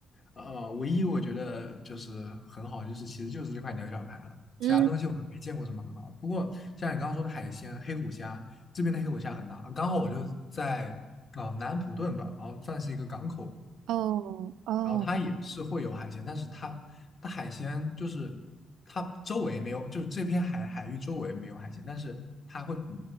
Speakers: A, on the left; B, on the right.
A: 呃，唯一我觉得就是很好，就是其实就是这块牛小排了，
B: 嗯，
A: 其他东西我都没见过什么很好的。不过像你刚刚说的海鲜，黑虎虾这边的黑虎虾很大，刚好我就在啊、呃南安普顿吧，然后算是一个港口。
B: 哦哦，
A: 然后它也是会有海鲜，但是它它海鲜就是它周围没有，就是这片海海域周围没有海鲜，但是它会捕